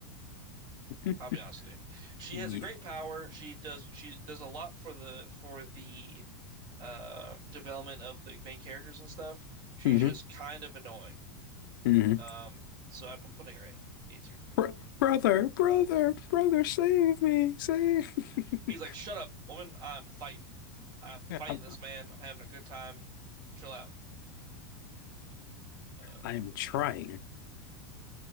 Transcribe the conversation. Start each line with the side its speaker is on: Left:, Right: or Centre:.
Left: <laughs>
Right: I'll be honest with you. She
Left: Yeah.
Right: has a great power. She does she does a lot for the for the uh, development of the main characters and stuff. She's
Left: Mm-hmm.
Right: just kind of annoying.
Left: hmm
Right: Um, so I'm putting her A. A tier for me.
Left: Bro brother, brother, brother, save me, save <laughs>
Right: He's like, "Shut up, woman. I'm fighting. I'm fighting
Left: Yeah, I'm,
Right: this man. I'm having a good time. Chill out." Uh,
Left: I am trying.